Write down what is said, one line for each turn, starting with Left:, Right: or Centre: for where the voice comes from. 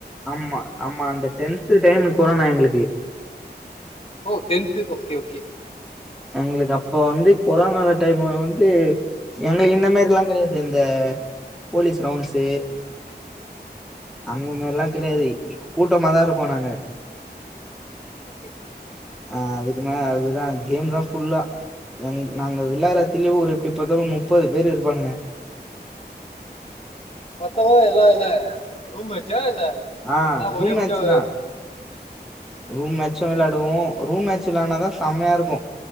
Centre: ஆமா ஆமா அந்த டென்த்து டைமு கொரானா எங்களுக்கு
Left: ஓ டென்த்து ஓகே ஓகே
Centre: எங்களுக்கு அப்போ வந்து கொரானா டைமு வ வந்து எங்ளுக்கு இந்த மாரில்லா கெடையாது இந்த போலீஸ் ரவுண்ட்ஸு அந்த மார்ல்லா
Left: ஓகே
Centre: கெடையாது கூட்டமா தா இருப்போ நாங்க
Left: ஓகே
Centre: ஆ அதுக்கு மேல அதுதா கேம் தா ஃபுல்லா எங் நாங்க விள்ளார எட்த்துலே ஒரு எப்டி பாத்தாலு முப்பது பேர் இருப்பானுங்க
Left: மொத்தமா எல்லார் என்ன ரூம் மே ச்சா எல்லா
Centre: ஆ ரூம்
Left: ஒரே
Centre: மேட்ச்
Left: வுட்டு
Centre: தான் ரூம் மேட்ச்சு விளாடுவோ ரூம் மேட்ச் விளாட்னாதா செம்மையா இருக்கு